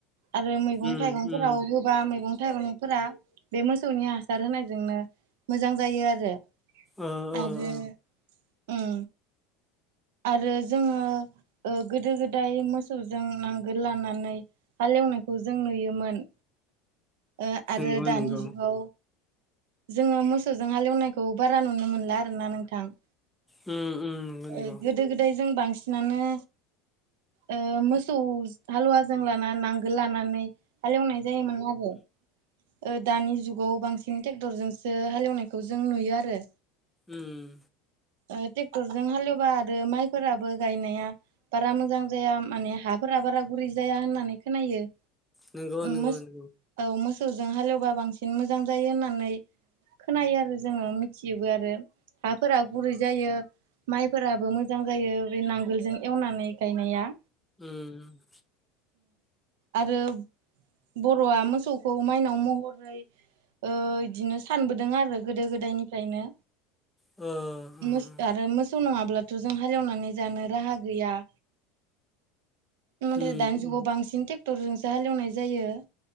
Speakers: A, on the right; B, in the centre.
A: आरो मैगं
B: उम
A: थाइगंफोराव
B: उम
A: होबा मैगं थाइगंफोरा बे मोसौनि हा सार होनायजोंनो मोजां जायो आरो
B: ओ ओ
A: आरो
B: ओ
A: उम आरो जोङो ओ गोदो गोदाय मोसौजों नांगोल लानानै हालेवनायखौ जों नुयोमोन ओ आरो
B: नंगौ
A: दानि
B: नंगौ
A: जुगाव जोङो मोसौजों हालेवनायखौ बारा नुनो मोनला आरोना नोंथां
B: उम उम नंगौ
A: ओ
B: नंगौ
A: गोदो गोदाय जों बांसिनानो ओ मोसौ हालुवाजों लाना नांगोल लानानै हालेवनाय जायोमोन आरो ओ दानि जुगाव बांसिन ट्रेक्टरजोंसो हालेवनायखौ जों नुयो आरो
B: उम
A: ओ ट्रेक्टरजों हालेवबा आरो माइफोराबो गायनाया बारा मोजां जाया माने हाफोरा बारा गुरै जाया होननानै खोनायो।
B: नंगौ नंगौ
A: मोस
B: नंगौ
A: औ मोसौजों हालेवबा बांसिन मोजां जायो होननानै खोनायो आरो जोङो मिथियोबो आरो हाफोरा गुरै जायो माइफोराबो मोजां जायो बे नांगोलजों एवनानै गायनाया
B: उम
A: आरो बर'आ मोसौखौ माइनाव महरै ओ इदिनो सानबोदों आरो गोदो गोदायनिफ्रायनो
B: ओ उम
A: मोसौ आरो मोसौ नङाब्लाथ' जों हालेवनानै जानो राहा गैया नाथाय
B: उम
A: दानि जुगाव बांसिन ट्रेक्टरजोंसो हालेवनाय जायो